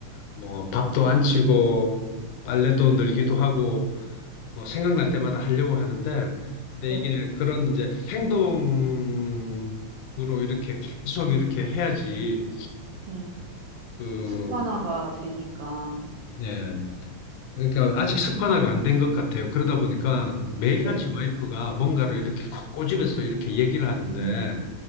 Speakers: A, on the left (about 80°); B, on the right (about 75°).
A: 뭐 밥도 안 치고 빨래도 늘기도 하고 뭐 생각날 때마다 하려고 하는데 근데
B: 네.
A: 이게 그런 이제 행동으로 이렇게 계속 이렇게 해야지
B: 네.
A: 그
B: 습관화가 되니까
A: 예. 그러니까 아직 습관화가 안 된 것 같아요. 그러다 보니까 매일같이
B: 네.
A: 와이프가 뭔가를 이렇게 꼬- 꼬집어서 이렇게 얘기를 하는데
B: 음.